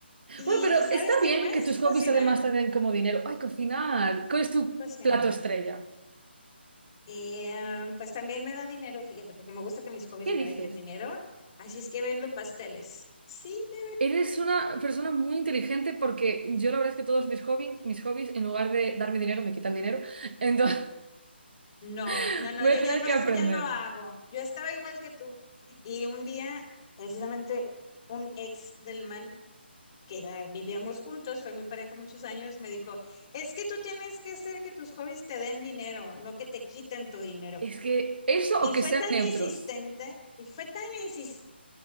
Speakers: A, on the left (about 25°); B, on the right (about 60°).
A: Y,
B: Bueno, pero
A: y ¿sabes
B: está
A: qué
B: bien
A: más?
B: que tus hobbies
A: Cocinar,
B: además te den como dinero. ¡Ay, cocinar! ¿Cuál es tu
A: cocinar.
B: plato estrella?
A: Y, em, pues también me da dinero, fíjate, porque me gusta que mis hobbies
B: ¿Qué
A: me
B: dices?
A: dejen dinero. Así es que vendo pasteles. Sí, de
B: Eres una persona muy inteligente porque yo la verdad es que todos mis hobbies, mis hobbies, en lugar de darme dinero, me quitan dinero. Entonces
A: No,
B: <laughs>
A: no, no,
B: voy
A: yo
B: a tener
A: ya no,
B: que
A: eso
B: aprender.
A: ya no hago. Yo estaba igual que tú. Y un día, precisamente, un ex del mal, que era- vivíamos juntos, fue mi pareja muchos años, me dijo, es que tú tienes que hacer que tus hobbies te den dinero, no que te quiten tu dinero.
B: Es que eso
A: Y
B: o que
A: fue
B: sean
A: tan
B: neutros.
A: insistente, y fue tan insistente